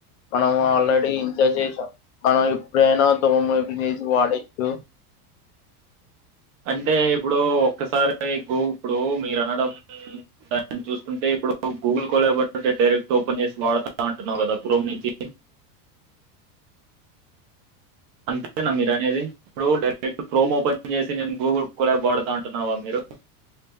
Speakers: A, on the left (about 55°); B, on the right (about 30°).
A: మనం ఆల్రెడీ ఎంజాయ్ చేయసాం మనం ఎప్పుడేనా తోమి తీసి వాడచ్చు
B: అంటే ఇప్పుడు ఒక్కసారి ఇప్పుడు మీరు అనడం దాన్ని చూసుకుంటే ఇప్పుడు గూగుల్ <unintelligible> డైరెక్ట్ ఓపెన్ చేసి వాడతా అంటున్నావు కదా క్రోమ్ నుంచి అంతేనా మీర్ అనేది ఇప్పుడు డైరెక్ట్ క్రోమ్ ఓపెన్ చేసి నేను గూగుల్ కోల్ యాప్ వాడుతా అంటున్నావా మీరు